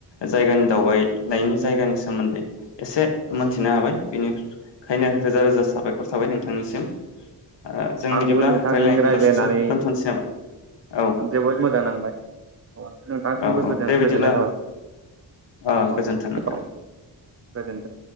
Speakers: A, on the left; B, on the right.
A: जायगानि दावबायनायनि जायगानि सोमोन्दै एसे। मोन्थिनो हाबाय बिनिखायनो रोजा रोजा साबायखर साबाय नोंथांनिसिम। ओ जों
B: आंबो
A: बिदिब्ला
B: नोंथांजों
A: रायलायनायखौ
B: रायज्लायनानै
A: दसे सम दोनथ'नोसै नामा औ
B: जोबोद मोजां नांबाय नोंथांसिमबो
A: औ औ
B: गोजोननाय
A: दे बिदिब्ला
B: थाबाय
A: ओ
B: औ-औ
A: गोजोन्थों नोंथां
B: गोजोनथों।